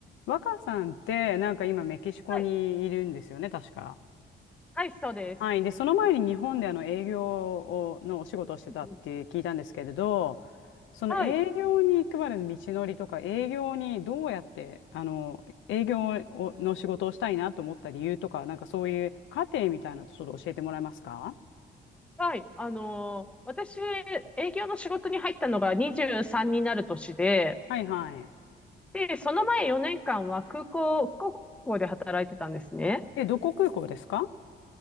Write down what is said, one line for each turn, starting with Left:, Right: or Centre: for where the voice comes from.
Left: 若さんって、なんか今メキシコにいるんですよね、
Centre: はい、
Left: 確か。
Centre: はい、そうです。
Left: はい。で、その前に日本であの営業をのお仕事をしてたって聞いたんですけれど、
Centre: うんうん、
Left: その営業に行くまでの道のりとか、
Centre: はい、
Left: 営業にどうやって、あの、営業をの仕事をしたいなと思った理由とか、なんかそういう過程みたいなのちょっと教えてもらえますか
Centre: はい。あのー私、営業の仕事に入ったのが23になる年で、
Left: はいはい。
Centre: で、その前4年間は空港、福岡空港で働いてたんですね。
Left: え、どこ空港ですか